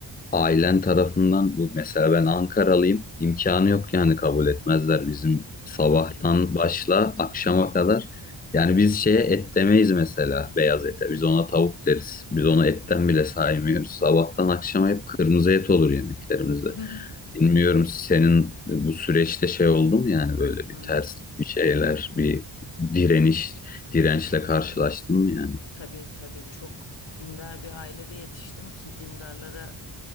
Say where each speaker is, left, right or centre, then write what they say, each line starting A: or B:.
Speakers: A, on the left; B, on the left.
A: Ailen tarafından bu mesela ben Ankaralıyım. imkanı yok yani kabul etmezler bizim sabahtan
B: hı hı,
A: başla akşama kadar. Yani biz şeye et demeyiz mesela beyaz ete. Biz ona tavuk deriz. Biz
B: hı
A: onu etten bile saymıyoruz. Sabahtan akşama hep kırmızı et olur yemeklerimizde.
B: hı. <laughs>
A: Bilmiyorum senin bu süreçte şey oldu mu yani böyle
B: Hı
A: bir
B: hı.
A: terslik bir şeyler bir direniş dirençle karşılaştın mı yani?
B: Tabii tabii çok dindar bir ailede yetiştim ki dindarlara